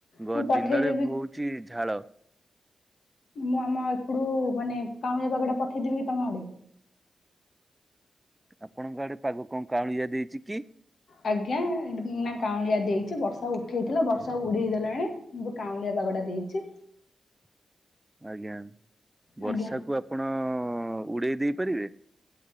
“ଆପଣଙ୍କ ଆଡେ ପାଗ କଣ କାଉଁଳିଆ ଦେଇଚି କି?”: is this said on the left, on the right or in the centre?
Right